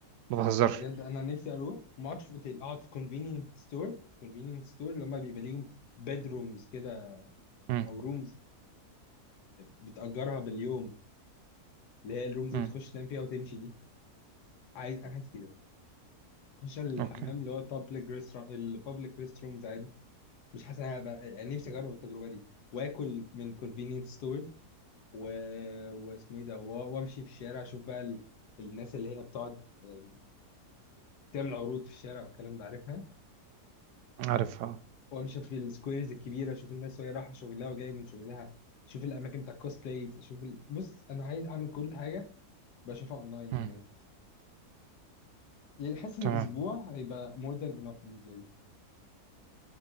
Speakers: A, on the right; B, on the left.
A: ما بهزرش
B: بجد انا نفسي اروح ما اقعدش في اوتيل اقعد في كونفينينت ستور كونفينينت ستور اللي هم بيبقى ليهم بيدرومز كده
A: امم
B: او رومز بتأجرها باليوم اللي هي الرومز
A: امم
B: اللي بتخش تنام فيها وتمشي دي عايز انا عايز كده اخش الحمام
A: اوكي
B: اللي هو البابليك ريست البابليك ريست رومز عادي مش حاسس انا هبقى يعني نفسي اجرب التجربه دي واكل من كونفينينس ستورز و... واسمه ايه ده و- وامشي في الشارع اشوف بقى ال... الناس اللي هي بتقعد آه، تعمل عروض في الشارع والكلام ده عارفها
A: عارفها
B: وامشي في السكويرز الكبيره اشوف الناس وهي رايحه شغلها وجايه من شغلها اشوف الاماكن بتاع كوست بلايز اشوف ال... بص انا عايز اعمل كل حاجه بشوفها اونلاين
A: امم
B: هناك يعني حاسس ان
A: تمام
B: اسبوع هيبقى more than enough بالنسبه لي